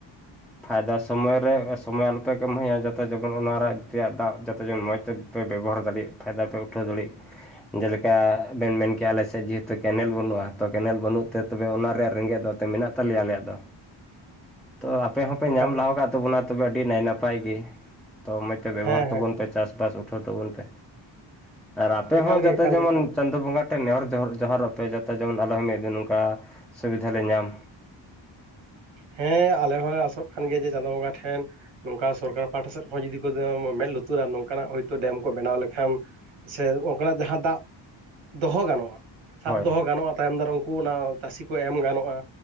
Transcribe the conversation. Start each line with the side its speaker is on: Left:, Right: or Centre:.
Centre: ᱯᱷᱟᱭᱫᱟ ᱥᱚᱢᱚᱭ ᱨᱮ ᱥᱚᱢᱚᱭ ᱟᱞᱚᱯᱮ ᱠᱟᱹᱢᱦᱟᱹᱭᱟ ᱡᱟᱛᱮ ᱡᱮᱢᱚᱱ ᱚᱱᱟ ᱨᱮᱭᱟᱜ ᱫᱟᱜ ᱡᱟᱛᱮ ᱡᱮᱢᱚᱱ ᱢᱚᱸᱡᱽ ᱛᱮ ᱯᱮ ᱵᱮᱵᱚᱦᱟᱨ ᱫᱟᱲᱮᱜ ᱯᱷᱟᱭᱫᱟ ᱯᱮ ᱩᱴᱷᱟᱹᱣ ᱫᱟᱲᱮᱜ ᱡᱮᱞᱮᱠᱟ ᱵᱮᱱ ᱢᱮᱱ ᱠᱮᱭᱟ ᱟᱞᱮ ᱥᱮᱫ ᱡᱮᱦᱮᱛᱩ ᱠᱮᱱᱮᱞ ᱵᱟᱹᱱᱩᱜᱼᱟ ᱛᱚ ᱠᱮᱱᱮᱞ ᱵᱟᱹᱱᱩᱜ ᱛᱮ ᱛᱚᱵᱮ ᱚᱱᱟ ᱨᱮᱭᱟᱜ ᱨᱮᱸᱜᱮᱸᱡ ᱫᱟᱜ ᱛᱮ ᱢᱮᱱᱟᱜ ᱛᱟᱞᱮᱭᱟ ᱟᱞᱮᱭᱟᱜ ᱫᱚ ᱛᱚ ᱟᱯᱮ ᱦᱚᱸᱯᱮ ᱧᱟᱢ
Right: ᱮᱠᱟᱞ
Centre: ᱞᱟᱦᱟᱣ ᱠᱟᱫ ᱛᱟᱵᱚᱱᱟ ᱛᱚᱵᱮ ᱟᱹᱰᱤ ᱱᱟᱭ ᱱᱟᱯᱟᱭ ᱜᱮ ᱛᱚ ᱢᱚᱡᱽᱛᱮ ᱵᱮᱵᱚᱦᱟᱨ
Right: ᱦᱮᱸ
Centre: ᱛᱟᱵᱚᱱ
Right: ᱦᱮᱸ
Centre: ᱯᱮ ᱪᱟᱥ ᱪᱟᱥ ᱩᱴᱷᱟᱹᱣ ᱛᱟᱵᱚᱱ ᱯᱮ ᱟᱨ ᱟᱯᱮ
Right: ᱮᱠᱟᱞ
Centre: ᱦᱚᱸ ᱡᱟᱛᱮ
Right: ᱜᱮ ᱮᱠᱟᱞ
Centre: ᱡᱮᱢᱚᱱ
Right: ᱜᱮ ᱮᱠᱟᱞ
Centre: ᱪᱟᱸᱫᱚ ᱵᱚᱸᱜᱟ ᱴᱷᱮᱱ ᱱᱮᱦᱚᱨ ᱡᱚᱦᱟᱨ ᱡᱚᱦᱟᱨᱚᱜ ᱯᱮ ᱡᱟᱛᱮ ᱡᱮᱢᱚᱱ ᱟᱞᱮ ᱦᱚᱸ ᱢᱤᱫ ᱫᱤᱱ ᱚᱱᱠᱟ ᱥᱩᱵᱤᱫᱷᱟ ᱞᱮ ᱧᱟᱢ
Right: ᱦᱮᱸ ᱟᱞᱮ ᱦᱚᱸᱞᱮ ᱟᱥᱚᱜ ᱠᱟᱱ ᱜᱮᱭᱟ ᱡᱮ ᱪᱟᱸᱫᱚ ᱵᱚᱸᱜᱟ ᱴᱷᱮᱱ ᱱᱚᱝᱠᱟ ᱥᱚᱨᱠᱟᱨ ᱯᱟᱦᱴᱟ ᱥᱮᱫ ᱦᱚᱸ ᱡᱩᱫᱤ ᱠᱚ ᱢᱮᱸᱫ ᱞᱩᱛᱩᱨᱟ ᱱᱚᱝᱠᱟᱱᱟᱜ ᱦᱳᱭᱛᱳ ᱰᱮᱢ ᱠᱚ ᱵᱮᱱᱟᱣ ᱞᱮᱠᱷᱟᱱ ᱥᱮ ᱚᱱᱠᱟᱱᱟᱜ ᱡᱟᱦᱟᱸ ᱫᱟᱜ ᱫᱚᱦᱚ ᱜᱟᱱᱚᱜᱼᱟ ᱥᱟᱵ
Centre: ᱦᱳᱭ
Right: ᱫᱚᱦᱚ ᱜᱟᱱᱚᱜᱼᱟ ᱛᱟᱭᱚᱢ ᱫᱟᱨᱟᱢ ᱩᱝᱠᱩ ᱚᱱᱟ ᱪᱟᱹᱥᱤ ᱠᱩ ᱮᱢ ᱜᱟᱱᱚᱜᱼᱟ